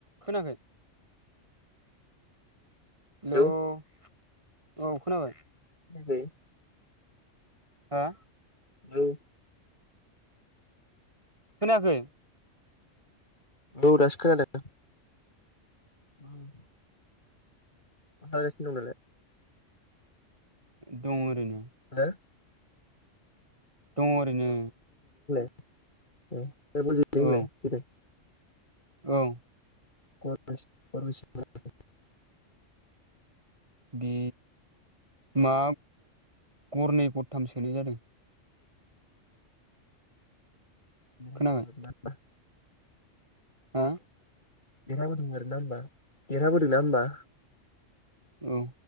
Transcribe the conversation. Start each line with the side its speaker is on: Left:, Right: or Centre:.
Right: खोनायाखै? हेल'
Left: लौ
Right: औ खोनाबाय।
Left: <unintelligible>
Right: हा?
Left: औ। <inaudible>
Right: खोनाखै।
Left: ओ दासो खोनादों। <unintelligible> मा खालायगासिनो दं दालाय?
Right: दं ओरैनो।
Left: <unintelligible>
Right: दङ ओरैनो।
Left: औ। दहाय बल जाहैदों मोनलाय,
Right: औ
Left: जोहैदों?
Right: औ।
Left: <unintelligible>
Right: बे मा गरनै गरथाम सोनाय जादों
Left: उ
Right: खोनाबाय
Left: <unintelligible>
Right: हा
Left: देरहाबोदों आर ना होमा देरहाबो नंआ होमबा
Right: उम